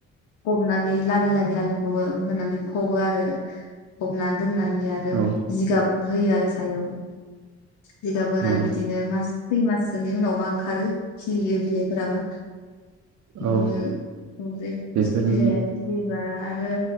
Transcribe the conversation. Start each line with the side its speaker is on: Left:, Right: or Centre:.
Left: फबनानै लारि लारि आलुखौबो होनानै फबो आरो फबनानै दोननानै आरो
Right: औ
Left: जिगाब होयो आरो सायाव जि गाब होनानै
Right: औ
Left: बिदि मास खै माससोनि उनावबा ओंखारो खिलियो बिलाइफोराबा बिदिनो
Right: औ
Left: बे
Right: बेफोरनि
Left: बिलाया खिलिबा आरो।